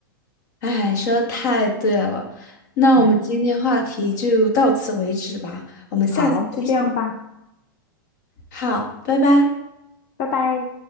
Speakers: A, on the left; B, on the left.
A: 哎，说的太对了。那我们今天话题就到此为止吧，
B: 哎，
A: 我们下次继续。
B: 好，就这样吧，
A: 好，拜拜。
B: 拜拜。